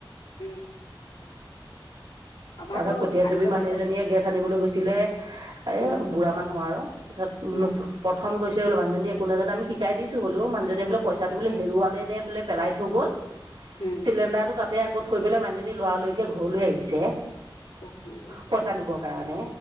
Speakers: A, on the left; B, on the right.
A: উম। আমাৰতো
B: তাৰ পাছত পঠীয়া
A: আনিব
B: ছবি মানুহ
A: লাগিব
B: এজনীয়ে গেছ আনিবলৈ গৈছ ছিলে এ
A: উম
B: বুঢ়া মানুহ আৰু তাৰপাছত
A: উম
B: প্ৰথম গৈছে বোলো মানুজনে একো নাজানে আমি শিকাই দিছো হ'লেও মানুহজনে বোলে প চাটো বোলে হেৰুৱালে বোলে পেলাই থৈ গ'ল।
A: উম
B: চিলিণ্ডাৰটো তাতে আকৌ থৈ পেলাই মানুজনী লৰালৰিকে ঘৰলৈ আহিছে।
A: <unintelligible>
B: পইচা নিবৰ কাৰণে